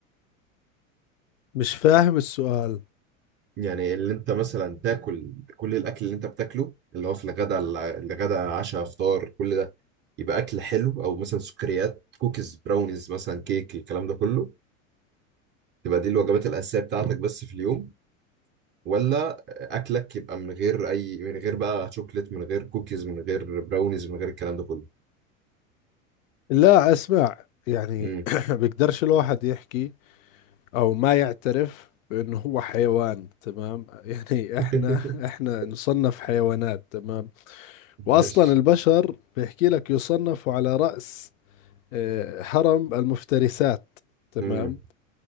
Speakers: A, on the left (about 70°); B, on the right (about 30°).
A: مش فاهم السؤال
B: يعني اللي انت مثلا تاكل كل الاكل اللي انت بتاكله اللي هو في الغداء الع- الغداء عشاء فطار كل ده يبقى اكل حلو او مثلا سكريات كوكيز براونيز مثلا كيك الكلام ده كله تبقى دي الوجبات الاساسيه بتاعتك بس في اليوم ولا اكلك يبقى من غير اي من غير بقى شوكليت من غير كوكيز من غير براونيز من غير الكلام ده كله
A: لا اسمع يعني
B: امم
A: <clears throat> بيقدرش الواحد يحكي او ما يعترف بانه هو حيوان تمام <laughs> يعني
B: <laughs>
A: احنا احنا نصنف حيوانات تمام واصلا
B: ماشي
A: البشر بيحكي لك يصنفوا على رأس آه، هرم المفترسات تمام
B: امم